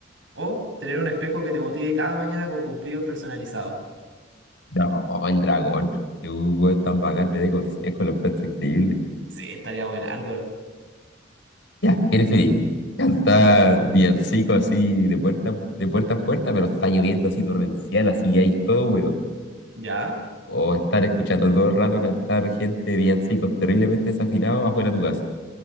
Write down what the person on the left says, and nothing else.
No, el dragón, que un huevo tan bacán me dé consejos, lo encuentro increíble.
Ya, ¿qué preferís? Cantar villancico así de puerta, de puerta a puerta, pero está lloviendo así torrencial, así y hay todo húmedo.
O estar escuchando todo el rato cantar gente de villancicos terriblemente desafinados afuera de tu casa.